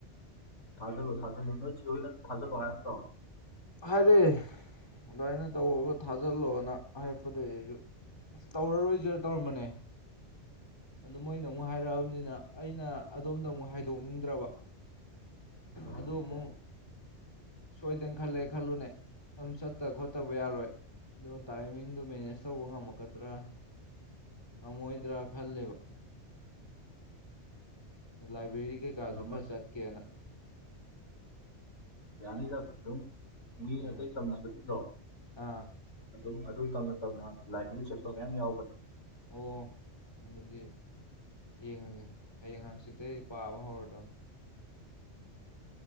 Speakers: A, on the left (about 80°); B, on the left (about 20°).
A: ꯊꯥꯖꯜꯂꯣ ꯊꯥꯖꯜꯂꯣ ꯅꯣꯏ ꯆꯦꯍꯣꯢꯅ ꯊꯥꯖꯜꯂꯣ ꯍꯥꯢꯔꯛꯇꯔꯣ
B: ꯍꯥꯏꯔꯦ ꯑꯗꯨꯃꯥꯏꯅ ꯇꯧꯔꯒ ꯊꯥꯖꯤꯜꯂꯣꯅ ꯍꯥꯏꯔꯛꯄꯗꯒꯤ ꯑꯩꯁꯨ ꯑꯁ ꯇꯧꯔꯔꯣꯏꯖꯤꯔ ꯇꯧꯔꯝꯕꯅꯦ ꯑꯗꯨ ꯃꯣꯏꯅ ꯑꯃꯨꯛ ꯍꯥꯏꯔꯛꯑꯕꯅꯤꯅ ꯅ ꯑꯩꯅ ꯑꯗꯣꯝꯗ ꯑꯃꯨꯛ ꯍꯥꯏꯗꯣꯛꯅꯤꯡꯗ꯭ꯔꯕ
A: ꯑꯣ
B: ꯑꯗꯣ ꯑꯃꯨꯛ ꯁꯣꯏꯗꯅ ꯈꯜꯂꯦ ꯈꯜꯂꯨꯅꯦ ꯑꯗꯨꯝ ꯆꯠꯇꯕ ꯈꯣꯠꯇꯕ ꯌꯥꯔꯣꯏ ꯑꯗꯣ ꯇꯥꯏꯃꯤꯡꯗꯣ ꯃꯦꯅꯦꯖ ꯇꯧꯕ ꯉꯝꯃꯛꯀꯗ꯭ꯔꯥ ꯉꯝꯃꯛꯑꯣꯏꯗ꯭ꯔꯥ ꯈꯜꯂꯤꯕ ꯂꯥꯏꯕ꯭ꯔꯦꯔꯤ ꯀꯩꯀꯥꯁꯨ
A: ꯉꯝꯃ
B: ꯈꯔ ꯆꯠꯀꯦꯅ
A: ꯌꯥꯅꯤꯗ ꯑꯗꯨꯝ ꯃꯤ
B: ꯎꯝ
A: ꯑꯇꯩ ꯇꯝꯅꯕꯁꯤꯡꯗꯣ
B: ꯑꯥ
A: ꯑꯗꯨꯝ ꯑꯗꯨ ꯇꯝꯅ ꯇꯝꯅ ꯂꯥꯏꯕ꯭ꯔꯤ ꯆꯠꯄꯒ ꯃꯌꯥꯝ ꯌꯥꯎꯕꯅꯤ
B: ꯑꯣ ꯑꯗꯨꯗꯤ ꯌꯦꯡꯉꯒꯦ ꯍꯌꯦꯡ ꯍꯪꯆꯤꯠꯇꯩ ꯄꯥꯕ ꯍꯧꯔꯗꯕꯅꯤ